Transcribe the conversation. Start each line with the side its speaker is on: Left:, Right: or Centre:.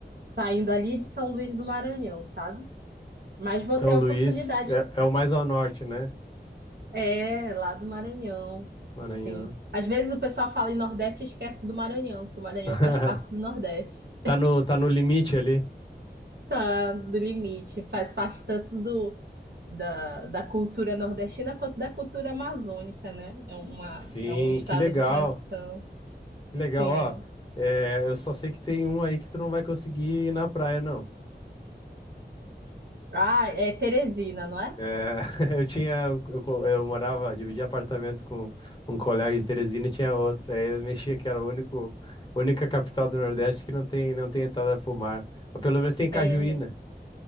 Right: saindo ali de São Luís do Maranhão, sabe? Mas vou
Left: São
Right: ter a
Left: Luís
Right: oportunidade.
Left: é, é o mais ao norte, né?
Right: É, é, lá do Maranhão,
Left: Maranhão.
Right: sim. Às vezes o pessoal fala em Nordeste e esquece do Maranhão, que o Maranhão
Left: <laughs>
Right: faz parte do Nordeste.
Left: Tá no, tá no limite ali.
Right: Tá do limite, faz parte tanto do da, da cultura nordestina quanto da cultura amazônica, né? É uma,
Left: Sim,
Right: é um estado
Left: que legal.
Right: de transição.
Left: Que legal.
Right: Tem.
Left: Ó, é, eu só sei que tem um aí que tu não vai conseguir ir na praia, não.
Right: Ah, é Teresina, não é?
Left: É, <laughs> eu tinha, um, eu, co- eu morava, dividia apartamento com um colega de Teresina e tinha outro. Aí eu mexia que era o único, única capital do Nordeste que não tem, não tem entrada pro mar. Mas pelo menos tem Cajuína.
Right: É,